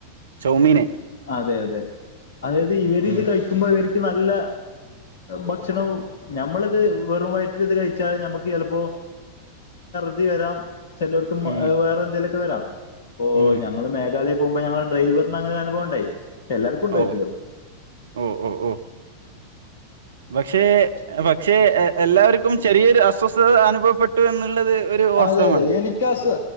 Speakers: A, on the right; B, on the left.
A: ചോമീനെ
B: അതെ അതെ അതായത് ഇവരിത്
A: ഉം
B: കഴിക്കുമ്പോ ഇവർക്ക് നല്ല ഭക്ഷണം ഞമ്മളിത് വെറും വയറ്റിൽ ഇത് കഴിച്ചാൽ നമ്മുക്ക് ചിലപ്പോ ശർദി വരാം ചിലർക്കു
A: ഉം
B: വേറെന്തെങ്കലുമൊക്കെ വരാം ഓ
A: ഉം
B: ഞങ്ങൾ മേഘാലയ പോകുമ്പോ ഞങ്ങളുടെ ഡ്രൈവറിന അങ്ങനെ ഒരു അനുഭവം ഉണ്ടായി പക്ഷെ എല്ലർക്കും ഉണ്ടായിട്ടില്ല
A: ഓ ഓ ഓ ഓ പക്ഷേ പക്ഷേ എല്ലാരു ക്കും ചെറിയൊരു അസ്വസ്ഥത അനുഭവപ്പെട്ടു എന്നുള്ളത് ഒരു വാസ്തവമാണല്ലോ
B: അതെ അതെ എനിക്കാ സ്